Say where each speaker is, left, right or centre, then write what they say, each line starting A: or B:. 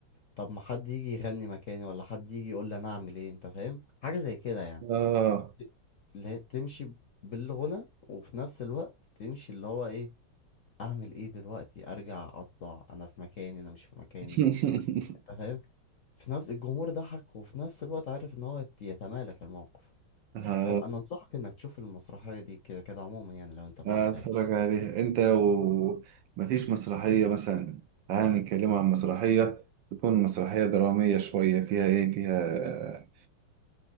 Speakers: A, on the left; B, on the right.
A: طب ما حد يجي يغني مكاني ولا حد يجي يقول لي أنا أعمل إيه أنت فاهم حاجة زي كده يعني
B: اه
A: ت- اللي هي تمشي بالغنى وفي نفس الوقت تمشي اللي هو إيه أعمل إيه دلوقتي أرجع أطلع أنا في مكاني أنا مش في مكاني
B: <laughs>
A: أنت فاهم في نفس الجمهور ضحك وفي نفس الوقت عارف إن هو يت- يتمالك الموقف
B: ه-
A: فاهم انا انصحك انك تشوف المسرحيه دي كده كده عموما يعني لو انت مشوفتهاش
B: هتفرج عليها انت لو مفيش مسرحية مثلا تعال نتكلم عن مسرحية تكون مسرحية درامية شوية فيها ايه فيها